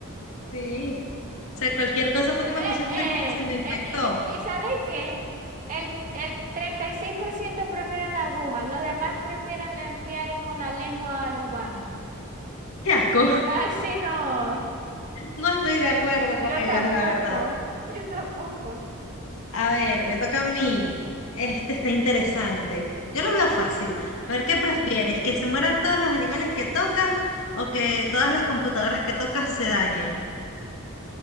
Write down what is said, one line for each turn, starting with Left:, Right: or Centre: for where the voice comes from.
Left: Sí. O sea, cualquier
Right: Eh,
Left: cosa fue que me puse un piercing
Right: eh,
Left: y se
Right: eh,
Left: me infectó.
Right: eh, eh, eh, ¿sabes qué? El, el 36% prefieren la aguja, los demás prefieren limpiar con la lengua los baños.
Left: Qué asco. <laughs>
Right: Ay, sí, no.
Left: No estoy de acuerdo con
Right: Yo
Left: ellos,
Right: tampoco.
Left: la verdad.
Right: <laughs> Yo tampoco.
Left: A ver, me toca a mí. Este está interesante. Yo lo veo fácil. A ver,
Right: Ujú,
Left: ¿qué prefieres? ¿Que se mueran todos los animales que tocas o que todas las computadoras que tocas se dañen?
Right: ujú.